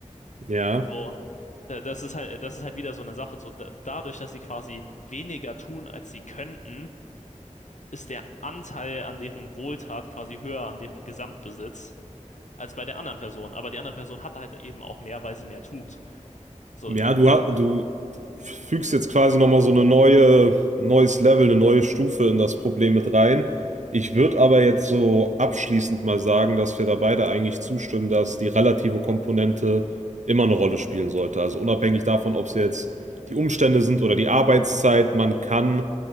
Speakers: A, on the right; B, on the left.
A: Ja.
B: So, da- das ist halt, das ist halt wieder so eine Sache. So, da, dadurch, dass sie quasi weniger tun, als sie könnten, ist der Anteil an deren Wohltat quasi höher an deren Gesamtbesitz als bei der anderen Person. Aber die andere Person hat halt eben auch mehr, weil sie mehr tut. So,
A: Ja, du, ha- du fügst jetzt quasi nochmal so eine neue, neues Level, eine neue Stufe in das Problem mit rein. Ich würde aber jetzt so abschließend mal sagen, dass wir da beide eigentlich zustimmen, dass die relative Komponente immer eine Rolle spielen sollte. Also unabhängig davon, ob es jetzt die Umstände sind oder die Arbeitszeit, man kann